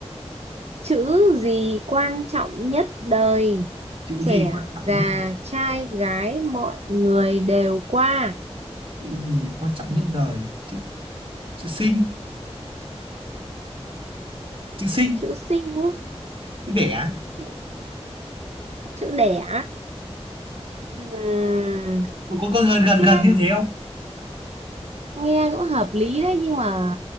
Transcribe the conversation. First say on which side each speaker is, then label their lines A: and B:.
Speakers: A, on the right (about 70°); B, on the right (about 55°).
A: chữ gì quan trọng nhất đời
B: chữ
A: trẻ
B: gì quan
A: già
B: trọng nhất
A: trai gái mọi người đều qua
B: chữ gì quan trọng nhất đời chữ chữ sinh chữ sinh
A: chữ sinh ấy,
B: chữ đẻ
A: chữ, chữ đẻ Ừm,
B: có có gần gần
A: nghe
B: gần như thế không
A: nghe cũng hợp lý đấy nhưng mà